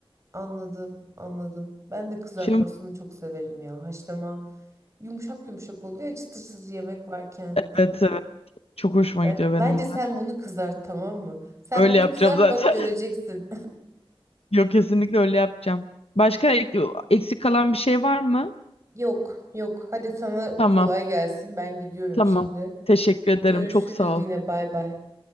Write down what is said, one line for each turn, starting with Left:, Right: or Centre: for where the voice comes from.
Right: anladım, anladım. Ben de kızartmasını
Left: Şimdi
Right: çok severim ya. Haşlama yumuşak yumuşak oluyor ya, çıtırsız yemek varken.
Left: evet evet. Çok hoşuma
Right: Be-
Left: gidiyor benim
Right: Bence sen
Left: de.
Right: bunu kızart tamam mı? Sen
Left: Öyle
Right: bunu
Left: yapacağım
Right: kızart
Left: zaten.
Right: bak göreceksin.
Left: <laughs> Yok kesinlikle öyle yapacağım. Başka ek- eksik kalan bir şey var mı?
Right: <laughs> Yok, yok. Hadi sana
Left: Tamam.
Right: kolay gelsin. Ben gidiyorum
Left: Tamam.
Right: şimdi.
Left: Teşekkür ederim.
Right: Görüşürüz
Left: Çok sağ
Right: yine.
Left: ol.
Right: Bay bay.